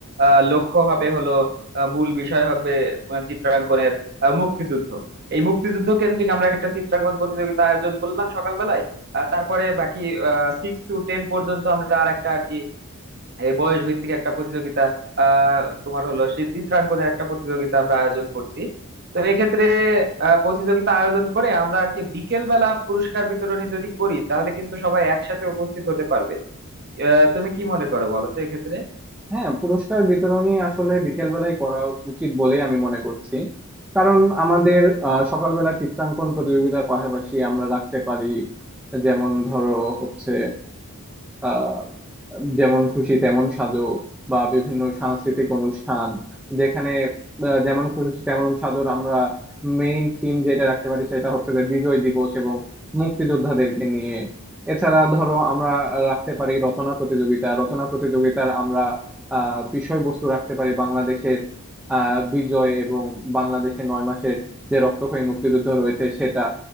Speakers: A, on the right; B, in the centre.
A: আহ, লক্ষ্য হবে হলো আহ, মূল বিষয় হবে আহ, চিত্রাঙ্কনের আহ, মুক্তিযুদ্ধ এই মুক্তিযুদ্ধ কেন্দ্রিক আমরা একটা চিত্রাঙ্কন প্রতিযোগিতা আয়োজন করলাম সকালবেলায় আর তারপরে বাকি সিক্স টু টেন পর্যন্ত আমরা আর একটা আর কি এই বয়স ভিত্তিক একটা প্রতিযোগিতা আহ তোমার হলো সেই চিত্রাঙ্কনের একটা প্রতিযোগিতা আমরা আয়োজন করছি তো এক্ষেত্রে আহ, প্রতিযোগিতা আয়োজন করে আমরা আর কি বিকেল বেলা পুরস্কার বিতরণী যদি করি তাহলে কিন্তু সবাই একসাথে উপস্থিত হতে পারবে আহ তুমি কি মনে করো বলো তো এক্ষেত্রে
B: হ্যাঁ পুরস্কার বিতরণী আসলে বিকেলবেলায় করা উচিত বলেই আমি মনে করছি কারণ আমাদের আহ সকালবেলা চিত্রাঙ্কন প্রতিযোগিতার পাশাপাশি আমরা রাখতে পারি যেমন ধরো হচ্ছে আহ যেমন খুশি তেমন সাজো বা বিভিন্ন সাংস্কৃতিক অনুষ্ঠান যেখানে আহ, যেমন খুশি তেমন সাজোর আমরা মেইন থিম যেটা রাখতে পারি সেটা হচ্ছে যে বিজয় দিবস এবং মুক্তিযোদ্ধাদেরকে নিয়ে এছাড়া ধরো আমরা রাখতে পারি রচনা প্রতিযোগিতা রচনা প্রতিযোগিতার আমরা আহ বিষয়বস্তু রাখতে পারি বাংলাদেশের আহ বিজয় এবং বাংলাদেশের নয় মাসের যে রক্তক্ষয়ী মুক্তিযুদ্ধ রয়েছে সেটা